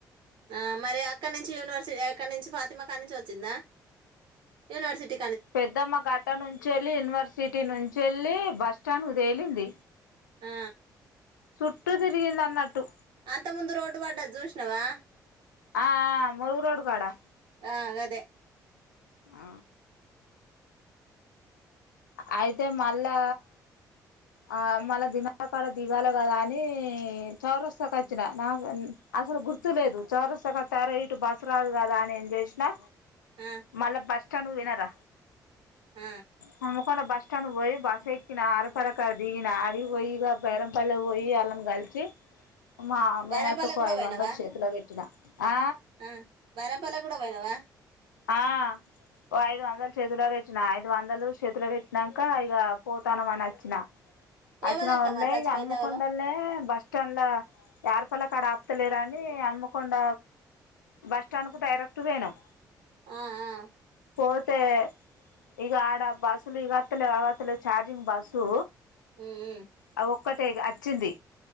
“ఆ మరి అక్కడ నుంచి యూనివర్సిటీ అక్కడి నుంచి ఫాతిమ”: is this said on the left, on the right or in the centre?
Right